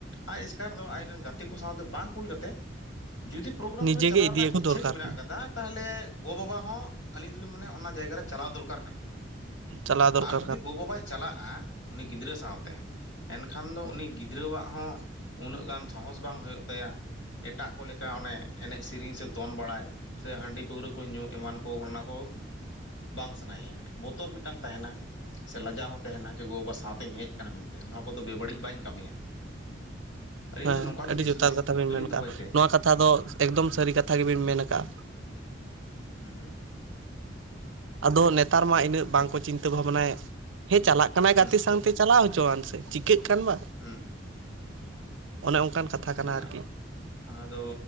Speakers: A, on the left; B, on the right.
A: ᱟᱡ ᱮᱥᱠᱟᱨ ᱫᱚ ᱟᱡᱨᱮᱱ ᱜᱟᱛᱮ ᱠᱚ ᱥᱟᱶᱛᱮ ᱵᱟᱝ ᱠᱩᱞ ᱠᱟᱛᱮᱫ ᱡᱩᱫᱤ ᱯᱨᱳᱜᱨᱟᱢ
B: ᱱᱤᱡᱮ
A: ᱨᱮ ᱪᱟᱞᱟᱣ
B: ᱜᱮ ᱤᱫᱤ
A: ᱨᱮᱱᱟᱜ
B: ᱟᱹᱜᱩ
A: ᱤᱪᱪᱷᱟᱹ
B: ᱫᱚᱨᱠᱟᱨ
A: ᱜᱮ ᱢᱮᱱᱟᱜ
B: ᱠᱟᱱᱟ
A: ᱟᱠᱟᱫᱟ ᱛᱟᱦᱚᱞᱮ ᱜᱚᱼ ᱵᱟᱵᱟ ᱦᱚᱸ ᱟᱹᱞᱤᱧ ᱫᱚᱞᱤᱧ ᱢᱚᱱᱮᱭᱟ ᱚᱱᱟ ᱡᱟᱭᱜᱟ ᱨᱮ ᱪᱟᱞᱟᱣ ᱫᱚᱨᱠᱟᱨ ᱠᱟᱱᱟ
B: ᱪᱟᱞᱟᱣ ᱫᱚᱨᱠᱟᱨ
A: ᱟᱨ ᱡᱩᱫᱤ
B: ᱠᱟᱱᱟ
A: ᱜᱚ ᱵᱟᱵᱟᱭ ᱪᱟᱞᱟᱜᱼᱟ ᱩᱱᱤ ᱜᱤᱫᱽᱨᱟᱹ ᱥᱟᱶᱛᱮ ᱮᱱᱠᱷᱟᱱ ᱫᱚ ᱩᱱᱤ ᱜᱤᱫᱽᱨᱟᱹᱣᱟᱜ ᱦᱚᱸ ᱩᱱᱟᱹᱜ ᱜᱟᱱ ᱥᱟᱦᱚᱥ ᱵᱟᱝ ᱦᱩᱭᱩᱜ ᱛᱟᱭᱟ ᱮᱴᱟᱜ ᱠᱚ ᱞᱮᱠᱟ ᱚᱱᱮ ᱮᱱᱮᱡ ᱥᱮᱨᱮᱧ ᱥᱮ ᱫᱚᱱ ᱵᱟᱲᱟᱭ ᱥᱮ ᱦᱟᱺᱰᱤ ᱯᱟᱹᱣᱨᱟᱹ ᱠᱚ ᱧᱩ ᱮᱢᱟᱱ ᱠᱚ ᱚᱱᱟ ᱠᱚ ᱵᱟᱝ ᱥᱟᱱᱟᱭᱮᱭᱟ ᱵᱚᱛᱚᱨ ᱢᱤᱫᱴᱮᱱ ᱢᱤᱫᱴᱟᱝ ᱛᱟᱦᱮᱱᱟ ᱥᱮ ᱞᱟᱡᱟᱣ ᱦᱚᱸ ᱛᱟᱦᱮᱱᱟ ᱡᱮ ᱜᱚ ᱵᱟᱵᱟ ᱥᱟᱶᱛᱮᱧ ᱦᱮᱡ ᱟᱠᱟᱱᱟ ᱢᱮᱱᱛᱮ ᱱᱚᱣᱟ ᱠᱚᱫᱚ ᱵᱮᱵᱟᱹᱲᱤᱡ ᱵᱟᱹᱧ ᱠᱟᱹᱢᱤᱭᱟ ᱞᱤᱧ
B: ᱦᱮᱸ
A: ᱫᱚ ᱱᱚᱝᱠᱟᱞᱤᱧ
B: ᱟᱹᱰᱤ
A: ᱫᱤᱥ
B: ᱡᱚᱛᱷᱟᱛ
A: ᱦᱩᱫᱤᱥ
B: ᱠᱟᱛᱷᱟ ᱵᱤᱱ
A: ᱫᱚᱞᱤᱧ
B: ᱢᱮᱱ ᱠᱟᱜᱼᱟ
A: ᱫᱚᱦᱚᱭ ᱛᱮ
B: ᱱᱚᱣᱟ ᱠᱟᱛᱷᱟ ᱫᱚ ᱮᱠᱫᱚᱢ ᱥᱟᱹᱨᱤ ᱠᱟᱛᱷᱟ ᱜᱮᱵᱤᱱ ᱢᱮᱱ ᱟᱠᱟᱜᱼᱟ
A: ᱦᱩᱸ ᱦᱩᱸ
B: ᱟᱫᱚ ᱱᱮᱛᱟᱨ ᱢᱟ ᱤᱱᱟᱹᱜ ᱵᱟᱝᱠᱚ ᱪᱤᱱᱛᱟᱹ ᱵᱷᱟᱵᱽᱱᱟᱭ ᱦᱮᱸ ᱪᱟᱞᱟᱜ ᱠᱟᱱᱟᱭ
A: ᱦᱩᱸ
B: ᱜᱟᱛᱮ
A: ᱦᱩᱸ
B: ᱥᱟᱶᱛᱮ ᱪᱟᱞᱟᱣ ᱦᱚᱪᱚᱣᱟᱱ ᱥᱮ ᱪᱤᱠᱟᱹᱜ ᱠᱟᱱ ᱵᱟ
A: ᱦᱩᱸ
B: ᱚᱱᱮ ᱚᱱᱠᱟᱱ ᱠᱟᱛᱷᱟ
A: ᱦᱮᱸ
B: ᱠᱟᱱᱟ ᱟᱨᱠᱤ
A: ᱟᱫᱚ